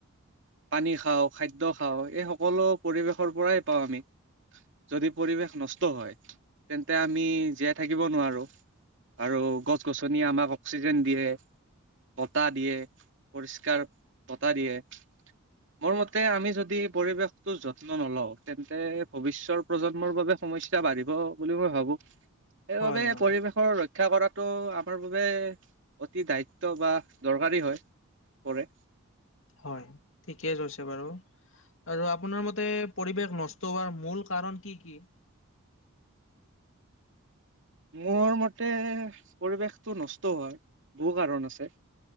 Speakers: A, on the right; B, on the left.
A: পানী খাওঁ, খাদ্য খাওঁ এই সকলো পৰিৱেশৰ পৰাই পাওঁ আমি। যদি পৰিৱেশ নষ্ট হয়, তেন্তে আমি জীয়াই থাকিব নোৱাৰোঁ। আৰু গছ গছনি আমাক অক্সি জেন দিয়ে, বতাহ দিয়ে পৰিষ্কাৰ বতাহ দিয়ে। মোৰ মতে, আমি যদি পৰিৱেশটো যত্ন নলওঁ, তেন্তে ভৱিষ্যৰ প্ৰজন্মৰ বাবে সমস্যা বাঢ়িব বুলি মই ভাবোঁ। সেইবাবে
B: হয় হয়
A: পৰিৱেশ ৰ, ৰক্ষা কৰাটো আমাৰ বাবে, অতি দায়িত্ব বা দৰকাৰী হয়। পৰে।
B: হয়, ঠিকে কৈছে বাৰু, আৰু আপোনাৰ মতে পৰিৱেশ নষ্ট হোৱাৰ মূল কাৰণ কি কি?
A: মোৰ মতে, পৰিৱেশটো নষ্ট হোৱাৰ, বহু কাৰণ আছে।